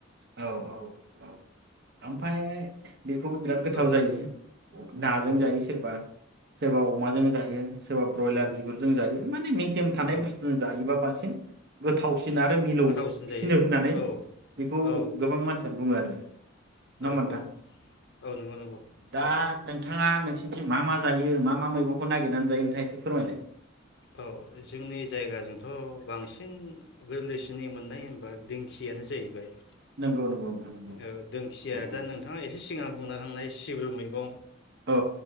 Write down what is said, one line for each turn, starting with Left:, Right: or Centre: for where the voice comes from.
Right: औ औ औ ओमफाय बेखौबो बिराद गोथाव
Left: औ
Right: जायो नाजों
Left: औ
Right: जायो सोरबा, सोरबा अमाजों जायो, सोरबा ब्रयलार बिगुरजों जायो माने मेजेम थानाय
Left: औ
Right: बुस्थुजों जायोबा बांसिन गोथाव आरो मिलौ
Left: गोथावसिन जायो
Right: सिनो होननानै
Left: औ
Right: बेखौ
Left: औ
Right: गोबां मानसियानो बुङो आरो नङा
Left: औ
Right: होमबा नोंथां?
Left: औ औ नंगौ नंगौ
Right: दा
Left: औ
Right: नोंथाङा नों सिनिथिं मा मा जायो मा मा मैगंखौ नागिरनानै जायो नोंथाङा एसे फोरमायलाय।
Left: औ जोंनि जायगाजोंथ बांसिन गोरलैसि नै मोननाय होनबा दिंखियानो जाहैबाय
Right: नंगौ नंगौ। नोंथां नंगौ
Left: ओ दोंखिया
Right: नंगौ
Left: दा नोंथाङा एसे सिगां बुंना थांनाय सिब्रु मैगं
Right: औ